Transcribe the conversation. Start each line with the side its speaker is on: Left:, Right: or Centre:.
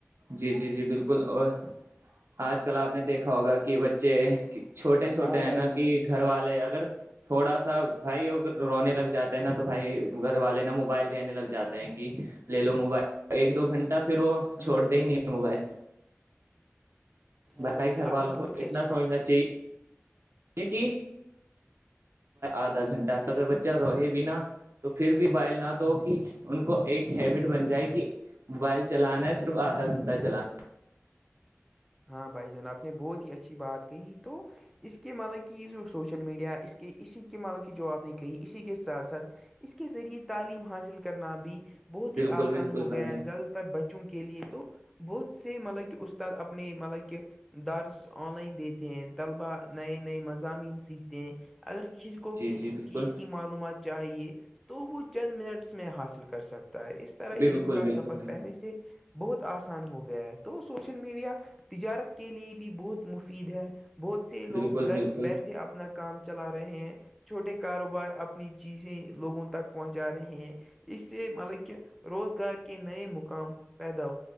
Right: جی جی جی بالکل اور آج کل آپ نے دیکھا ہوگا کہ بچے چھوٹے چھوٹے
Centre: ہاں
Right: ہیں
Centre: بھائی
Right: نا
Centre: جان
Right: کہ گھر والے اگر تھوڑا سا بھائی ا رونے لگ جاتے ہیں نا تو بھائی گھر والے نا موبائل دینے لگ جاتے ہیں کہ لے لو موبائل ایک دو گھنٹہ پھر وہ چھوڑتے
Centre: ہاں بھائی
Right: ہی نہیں
Centre: جان
Right: ہیں موبائل
Centre: ہاں
Right: بھائی
Centre: جان
Right: گھر
Centre: آپ
Right: والوں
Centre: نے
Right: کو
Centre: بہت ہی
Right: اتنا
Centre: اچھی
Right: سوچنا
Centre: بات کہی
Right: چاہیے یہ کہ آدھا گھنٹہ اگر بچہ رہے بھی نا تو پھر بھی بائل نہ دو کہ ان کو ایک ہیبٹ بن جائے کہ موبائل چلانا ہے صرف آھا گھنٹہ چلانا
Centre: ہاں بھائی جان آپ نے بہت ہی اچھی بات کہی تو اس کے مالک کی یہ جو سوشل میڈیا اس کے اسی کے مالک کی جو آپ نے کہی اسی کے ساتھ ساتھ اس کے ذریعے تعلیم حاصل کرنا بھی بہت
Right: بالکل
Centre: ہی آسان
Right: بالکل
Centre: ہو
Right: بھائی
Centre: گیا
Right: جان
Centre: ہے زیادہ بچوں کے لیے تو بہت سے مطلب کہ استاد اپنے مطلب کہ دارس آن لائن دیتے ہیں طلبا نئے نئے مضامین سیکھتے ہیں اگر کو
Right: جی
Centre: کسی
Right: جی بالکل
Centre: چیز کی معلومات چاہیے تو وہ چند منٹس میں حاصل کر سکتا ہے اس طرح
Right: بالکل
Centre: علم کا
Right: بالکل
Centre: سفر
Right: بھائی
Centre: پہلے سے بہت آسان ہو گیا ہے تو سوشل میڈیا تجارت کے لیے بھی بہت مفید ہے بہت سے لوگ
Right: بالکل
Centre: گھر
Right: بالکل
Centre: بیٹھے اپنا کام چلا رہے ہیں چھوٹے کاروبار اپنی چیزیں لوگوں تک پہنچا رہے ہیں اس سے مطلب کہ روزگار کے نئے مقام پیدا